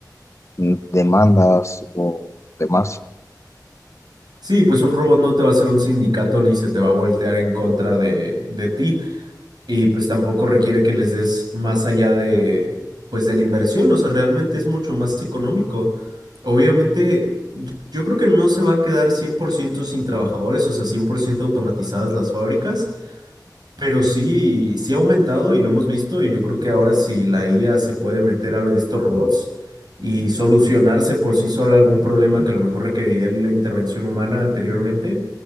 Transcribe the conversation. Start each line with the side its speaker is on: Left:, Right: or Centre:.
Left: mm, demandas o demás.
Right: Sí, pues un robot no te va a hacer un sindicato ni se te va a voltear en contra de, de ti. y pues tampoco requiere que les des más allá de, pues de la inversión, o sea, realmente es mucho más económico. Obviamente, yo creo que no se va a quedar 100% sin trabajadores, o sea, 100% automatizadas las fábricas, pero sí, sí ha aumentado y lo hemos visto y yo creo que ahora si la IA se puede meter a lo de estos robots y solucionarse por sí sola algún problema que a lo mejor requeriría la intervención humana anteriormente,